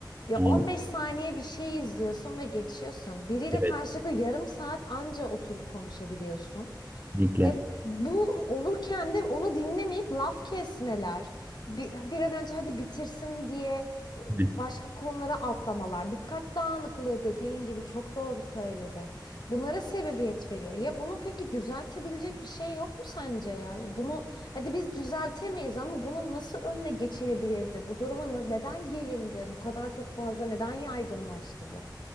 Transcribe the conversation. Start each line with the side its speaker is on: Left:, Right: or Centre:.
Left: Ya
Right: Yani,
Left: on beş saniye bir şey izliyorsun ve geçiyorsun. Biriyle
Right: evet,
Left: karşılıklı yarım saat anca oturup konuşabiliyorsun.
Right: kesinlikle.
Left: E, bu olurken de onu dinlemeyip laf kesmeler, bir, bir an önce hadi bitirsin diye e,
Right: Evet.
Left: başka konulara atlamalar, dikkat dağınıklığı dediğin gibi çok doğru söyledin. Bunlara sebebiyet veriyor. Ya bunu peki düzeltebilecek bir şey yok mu sence ya? Bunu hadi biz düzeltemeyiz ama bunun nasıl önüne geçilebilirdi? Bu duruma neden gelindi? Bu kadar çok fazla neden yaygınlaştı bu?